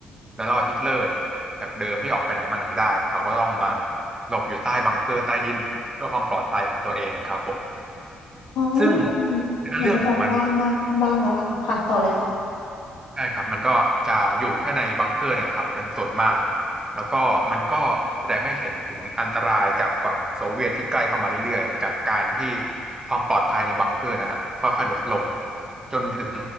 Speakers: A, on the right; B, on the left.
A: แล้วก็ฮิตเลอร์เนี่ยจากเดิมที่ออกไปไหนมาไหนได้เนยเขาก็ต้องมาหลบอยู่ใต้บังเกอร์ใต้ดินเพื่อความปลอดภัยของตัวเองครับผม
B: อ๋อตอง
A: ซึ่งเนื้อเรื่องของมัน
B: เหมือนจะจำได้มากบ้างแล้วค่ะค่ะต่อเลยค่ะ
A: ใช่ครับมันก็จะอยู่แค่ในบังเกอร์เนี่ยแหละครับเป็นส่วนมากแล้วก็มันก็แสดงให้เห็นถึงอันตรายจากฝั่งโซเวียตที่ใกล้เข้ามาเรื่อยๆจากการที่ความปลอดภัยในบังเกอร์นั้นอ่ะค่อยๆลดลงจนถึง